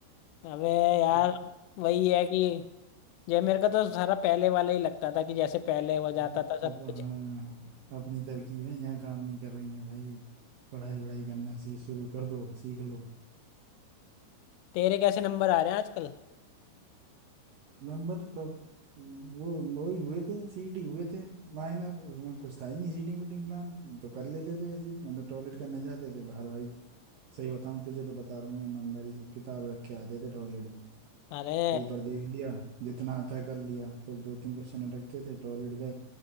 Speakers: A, on the left; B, on the right.
A: अबे यार
B: अब
A: वही है कि ये मेरे को तो सारा पहले वाला ही लगता था कि जैसे पहले हो जाता
B: हम्म,
A: था
B: अब
A: सब कुछ
B: हाँ अपनी तरकीब है यहाँ काम नहीं कर रही है भाई पढ़ाई वढ़ाई करना सी शुरू कर दो सीख लो
A: तेरे कैसे नंबर आ रहे हैं आजकल
B: नंबर तो वो वही हुए थे सीटी हुए थे माइनर उसमें कुछ था ही नहीं सीटिंग वीटिंग प्लान तो कर लेते थे ऐसे ही मतलब टॉयलेट करने जाते थे बाहर भाई सही बताऊं तुझे तो बता रहा हूँ मैं ईमानदारी से किताब रख के आते थे टॉयलेट में
A: अरे
B: पेपर देख लिया जितना आता है कर लिया फिर दो तीन क्वेश्चन अटकते थे टॉयलेट गए